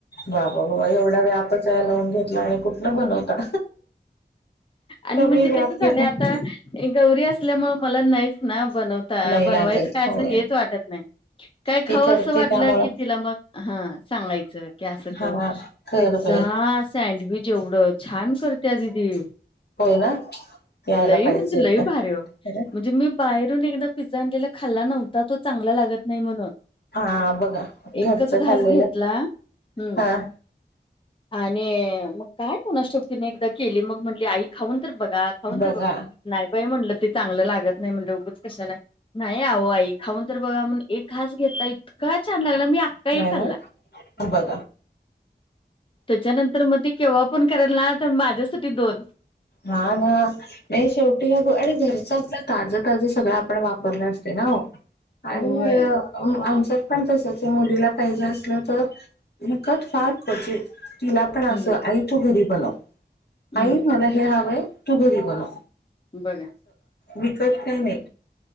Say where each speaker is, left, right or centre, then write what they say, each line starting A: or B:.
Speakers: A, on the left; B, on the left.
A: वा वा वा एवढा व्यापच या लावून घेतला आणि कुठला बनवता.
B: आणि
A: कमी
B: म्हणजे
A: व्याप्ती
B: कस झालं
A: आहे
B: आता गौरी असल्यामुळे मला नाहीच ना बनवत.
A: नाही
B: बनवायचं
A: लागत
B: कायचं
A: होय
B: हेच वाटत नाही काय
A: ती
B: खाऊ
A: करते
B: असं वाटलं
A: त्यामुळं
B: की तिला मग. हा सांगायचं की असं
A: हा
B: क
A: कर
B: पिझ्झा
A: बाई
B: सँडविच एवढं. छान करत्या दिदी
A: होय ना यायला
B: लई
A: पाहिजे
B: म्हणजे
A: एकदा
B: लई भारी ओ म्हणजे. मी बाहेरून एकदा पिझ्झा आणलेला खाल्ला नव्हता तो चांगला लागत नाही म्हणून
A: हा बघा घरचं
B: एकच घास
A: खाल्लेलं
B: घेतला हम्म.
A: हा
B: आणि मग काय कोणाच ठाऊक तिने एकदा केली मग म्हंटली आई खाऊन तर बघा. खाऊन
A: बघा
B: तर बघ नाही बाई म्हटलं ते चांगलं लागत नाही म्हणलं उगच कशाला नाही आहो आई. खाऊन तर बघा म्हण एक घास घेतला इतका छान लागला मी एक
A: नाही
B: खाल्ला
A: ना अ बघ
B: त्याच्यानंतर मग ते केव्हा पण करायल ना तर माझ्यासाठी दोन.
A: हा ना. नाही शेवटी ह आणि घरचं आपलं ताजं ताज सगळं आपण वापरलं असते नाओ. आणि.
B: होय
A: आमच्यात पण कसं ते मुलीला पाहिजे असलं तर विकत फार क्वचित. तिला पण
B: हम्म
A: असं आई तू घरी बनव.
B: हम्म.
A: आई मला हे हवं तू घरी बनव.
B: बघा.
A: वीकत काय नाही